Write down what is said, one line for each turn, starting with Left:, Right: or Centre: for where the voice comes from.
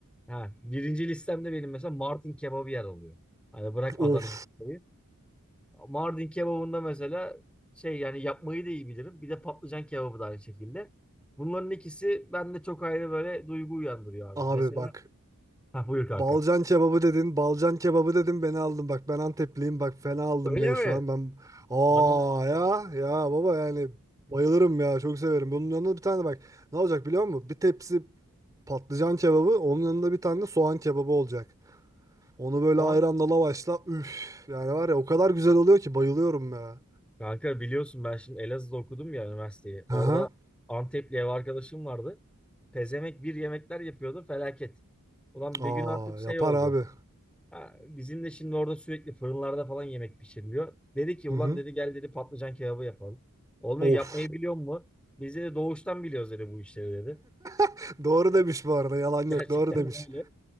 Centre: Ha, birinci listemde benim mesela Mardin kebabı yer alıyor. Hani bırak Adana'yı.
Right: of.
Centre: Bursa'yı. Mardin kebabında mesela şey yani yapmayı da iyi bilirim. Bir de patlıcan kebabı da aynı şekilde. Bunların ikisi bende çok ayrı böyle duygu uyandırıyor abi.
Right: Abi
Centre: Mesela
Right: bak
Centre: ha, buyur kanka.
Right: Balcan kebabı dedin, balcan kebabı dedin beni aldın. Bak ben Antepliyim bak fena aldın
Centre: Öyle
Right: beni
Centre: mi?
Right: şu an. Ben aa
Centre: Ana.
Right: ya ya baba yani bayılırım ya çok severim. Bunun yanında bir tane bak ne olacak biliyor musun? Bir tepsi patlıcan kebabı onun yanında bir tane de soğan kebabı olacak. Onu böyle
Centre: Şu
Right: ayranla
Centre: an
Right: lavaşla üf yani var ya o kadar güzel oluyor ki bayılıyorum ya.
Centre: Kanka biliyorsun ben şimdi Elazığ'da okudum ya üniversiteyi. Orada
Right: Aha.
Centre: Antepli ev arkadaşım vardı. Pezemek bir yemekler yapıyordu felaket. Ulan bir
Right: Aa
Centre: gün artık şey
Right: yapar
Centre: oldu.
Right: abi.
Centre: Ha, bizim de şimdi orada sürekli fırınlarda falan yemek pişiriliyor. Dedi ki ulan
Right: Hı hı.
Centre: dedi gel dedi patlıcan kebabı yapalım. Olmuyor
Right: Of.
Centre: yapmayı biliyor mu? Biz de doğuştan biliyoruz dedi bu işleri dedi.
Right: <laughs> Doğru demiş bu arada yalan
Centre: <laughs>
Right: yok
Centre: Gerçekten
Right: doğru demiş.
Centre: de öyle.